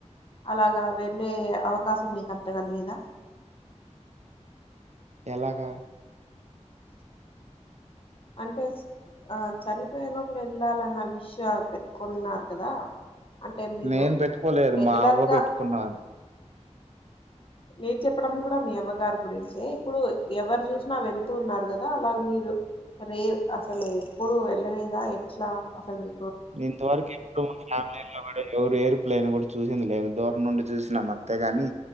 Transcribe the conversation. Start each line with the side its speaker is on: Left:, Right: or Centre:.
Left: అలాగా వెళ్ళే అవకాశం మీక అంతగ లేదా
Right: ఎలాగా
Left: అంటే ఆ చనిపోయే లోపల వెళ్ళాలన్న విషయం పెట్టుకున్నారు కదా అంటే మీరు
Right: నేను పెట్టుకోలేదు
Left: రెగ్యులర్
Right: మా అవ్వ
Left: గా
Right: పెట్టుకున్నాను
Left: మీరు చెప్పడం కూడా మీ అవ్వగారు గురించే ఇప్పుడు ఎవరు చూసినా వెళ్తూ ఉన్నారు కదా అలాగ మీరు రే అసలు ఎప్పుడు వెళ్ళలేదా ఎట్లా అసలు మీ
Right: నేన్ ఇంతవరకు ఎప్పుడు <unintelligible> ఎవరు ఎయిర్ప్లెయిన్ కూడా చూసింది లేదు దూరం నుండి చూసినాం అంతేగాని